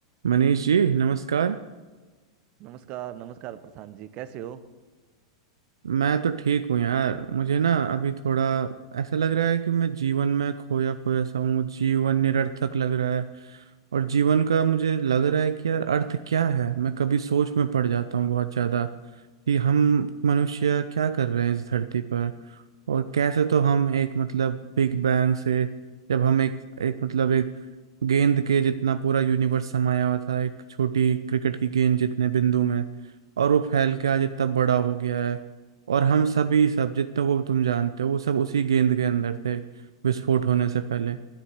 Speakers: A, on the right; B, on the right.
A: मनीष जी नमस्कार
B: नमस्कार नमस्कार प्रशांत जी कैसे हो
A: मैं तो ठीक हूँ यार मुझे ना अभी थोड़ा ऐसा लग रहा है कि मैं जीवन में खोया खोया सा हूँ जीवन निरर्थक लग रहा है और जीवन का मुझे लग रहा है कि यार अर्थ क्या है मैं कभी सोच में पड़ जाता हूँ बहुत ज्यादा कि हम मनुष्य क्या कर रहे हैं इस धरती पर और कैसे तो हम एक मतलब बिग बैंग से जब हम एक एक मतलब एक गेंद के जितना पूरा यूनिवर्स समाया हुआ था एक छोटी क्रिकेट की गेंद जितने बिंदु में और वो फैल के आज इतना बड़ा हो गया है और हम सभी सब जितने वो तुम जानते हो वो सब उसी गेंद के अंदर थे विस्फोट होने से पहले